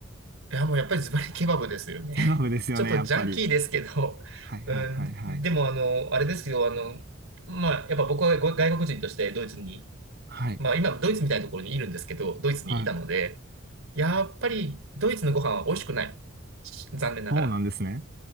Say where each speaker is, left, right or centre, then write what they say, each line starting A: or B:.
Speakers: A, on the right; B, on the right.
A: いや、もうやっぱりズバリケバブですよね。
B: ケバブですよね、
A: <laughs> ちょっとジャンキーですけど、
B: やっぱり。はいはいはいはい。
A: <laughs> うん、でもあの、あれですよ、あの、まあ、やっぱ僕はご外国人としてドイツに、
B: はい。
A: まあ今ドイツみたいなところにいるんですけど、ドイツにいたので、
B: はい。
A: やっぱりドイツのご飯は美味しくない。残念ながら。
B: そうなんですね。